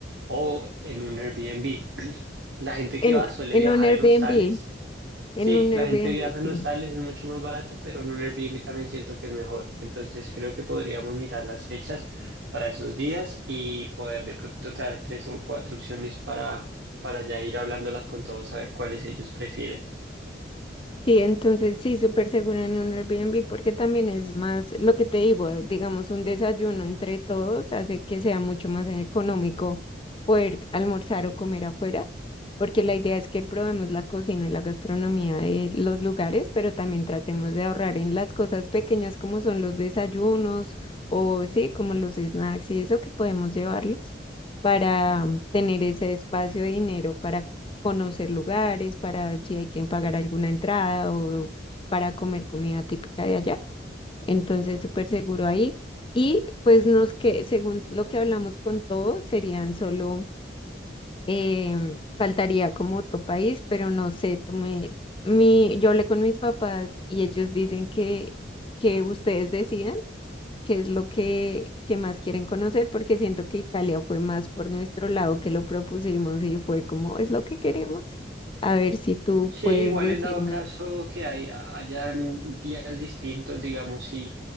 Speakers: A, on the right; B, on the left.
A: o en un Airbnb. <clears throat> La gente
B: En,
A: que va suele
B: en
A: viajar
B: un Airbnb,
A: en hostales
B: en
A: Sí,
B: un
A: la
B: Airbnb,
A: gente viaja
B: sí.
A: en hostales, es mucho más barato, pero en un Airbnb también siento que es mejor. Entonces creo que podríamos mirar las fechas para esos días y poder de pronto traer tres o cuatro opciones para, para ya ir hablándolas con todos, a ver cuáles ellos prefieren.
B: Sí, entonces sí, súper seguro en un Airbnb porque también es más lo que te digo, eh, digamos un desayuno entre todos hace que sea mucho más económico poder almorzar o comer afuera, porque la idea es que probemos la cocina y la gastronomía de los lugares, pero también tratemos de ahorrar en las cosas pequeñas como son los desayunos o sí, como los snacks y eso que podemos llevarlos para mm, tener ese espacio de dinero para conocer lugares, para si hay que pagar alguna entrada o para comer comida típica de allá. Entonces, súper seguro ahí. Y pues nos que, según lo que hablamos con todo, serían solo, em, faltaría como otro país, pero no sé, tú me, mi, yo hablé con mis papás y ellos dicen que, que ustedes decidan qué es lo que, que más quieren conocer, porque siento que Italia fue más por nuestro lado que lo propusimos y fue como, es lo que queremos. A ver si tú
A: Sí,
B: puedes
A: igual
B: decirme,
A: en dado caso que hay, hayan días distintos, digamos, si,